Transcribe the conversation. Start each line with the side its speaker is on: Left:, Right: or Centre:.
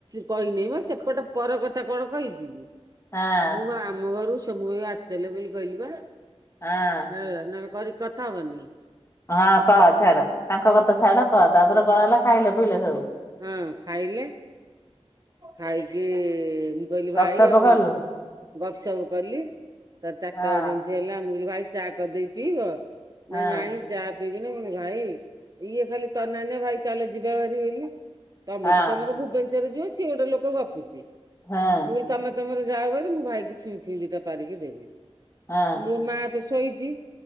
Right: କହିନେହିଁ ପା ସେପଟେ ପର କଥା ତା କଣ କହିଚିକି
Left: ହଁ
Right: ମୁଁ ଆମ ଘରୁ ସବୁବେଳେ ଆସିଥିଲେ ବୋଲି କହିଲି ପା।
Left: ଆ
Right: ହେଲା ନହେଲେ କରିକି କଥା ହବନି।
Left: ହଁ କହ ଛାଡ ତାଙ୍କ କଥା ଛାଡ କହ ତାପରେ କଣ ହେଲା ଖାଇଲେ ପିଇଲେ ସବୁ।
Right: ହଁ ଖାଇଲେ ଖାଇକି କହିଲି ଭାଇ
Left: ଗପସପ
Right: ଆଉ
Left: କଲୁ
Right: ଗପ୍ ସପ୍ କଲି ତାର ଚାରିଟା
Left: ହଁ
Right: ବାଜିଲା ଯେମିତି ହେଲା ମୁ କହିଲି ଭାଇ ଚା କରିଦେବି ପିଇବ
Left: ହଁ
Right: ନା ନାଇଁ ଚା ଦିଦିନ ମୁଁ କହିଲି ଭାଇ ଇଏ ଖାଲି ତନାନୀ ଭାଇ ଚାଲ ଯିବା ଭାରି ବୋଲି। ତମେ
Left: ହଁ
Right: ତ ତମର ଭୁବନେଶ୍ଵରରେ ଯିବ ସିଏ ଗୋଟେ ଲୋକ ଗପୁଚି।
Left: ହଁ।
Right: ମୁଁ କହିଲି ତମେ ତମର ଯାଅ ବାରି ମୁଁ ଭାଇକି ଛୁଇଁ ଫୁଇଁ ଦୀ ଟା ପାରିକି ଦେବି।
Left: ହଁ
Right: ମୋ ମା ତ ଶୋଇଛି